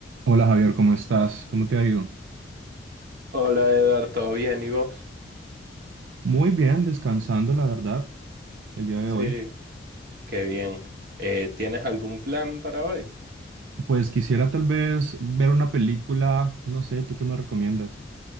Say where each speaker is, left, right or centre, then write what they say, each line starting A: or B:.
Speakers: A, on the right; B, on the right.
A: Hola Javier, ¿cómo estás? ¿Cómo te ha ido?
B: Hola Edgar, ¿todo bien? ¿Y vos?
A: Muy bien, descansando, la verdad, el día de
B: Sí,
A: hoy.
B: qué bien. Eh, ¿tienes algún plan para hoy?
A: Pues quisiera tal vez ver una película, no sé, ¿tú qué me recomiendas?